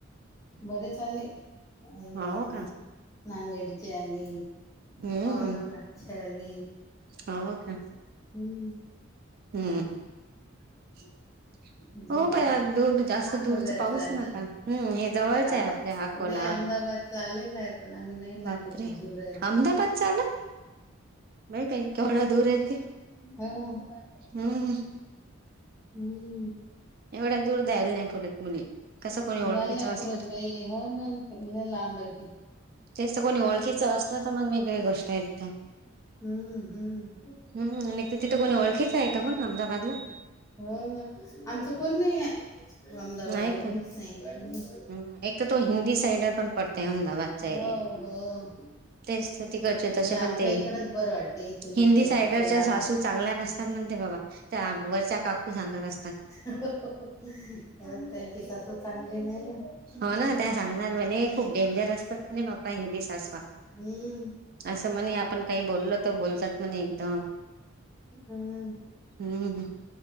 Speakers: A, on the left; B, on the right.
A: बरे चाले हम्
B: हो का
A: नांदेडचली
B: हम्म
A: औरंगाबाद
B: हम्म
A: चलली
B: हो का
A: हम्म
B: हम्म ह
A: अजून
B: हो प दूर जास्त
A: अकोल्याच
B: दूरच पाऊस
A: आलं
B: नका हम् हे जवळचं
A: अहमदाबादच
B: आहे अको
A: नाही
B: ला
A: अहमदाबादच आलेलं आहे पण आम्ही नाही म्हटलं
B: बापर
A: खूप
B: अहमदाबाद
A: दूर आहे तर
B: चाले नाही काही कवढा दूर आहेती
A: हम
B: हम्म
A: हम्म
B: एवढ्या दूर जायला नाही परत मुली कसं कोणी ओळखीचं
A: जाल ना
B: असलं
A: पूरत बाई ह केल्ले लांबयती
B: जास्त कोणी ओळखीचं असलं तर मग वेगळी गोष्ट आहेतदा
A: हम्म हम्म
B: हम्म न तर तिथं कोणी ओळखीच आहे का मग अहमदाबादला
A: हो ना आमच कोण नाही अहमदाबादला
B: नाही
A: कोणीच
B: का
A: नाही
B: हम्म एक तर त हिंदी साइड पण पडते अहमदाबाद च्या
A: हो
B: एरिया
A: हो म्हणजे
B: तेच तर त करचे तसे
A: आपल्या
B: पण ते
A: इकडच बरं वाटतं इथून
B: हिंदी
A: इतक्या
B: सायडरच्या
A: अकोला
B: सासू चांगल्या नसतात. म्हणते बाबा त्या वरच्या काकू सांगत असतात.
A: <unintelligible> अ त्यांची सासू चांगली नाही ना.
B: हो त्या सांगतात म्हणे खूप डेंजर असतात म्हणे बाप्पा हिंदी सासवा
A: हं
B: असं म्हणे आपण काही बोलल तर बोलतात म्हणे एकदा
A: हम्म.
B: हं ह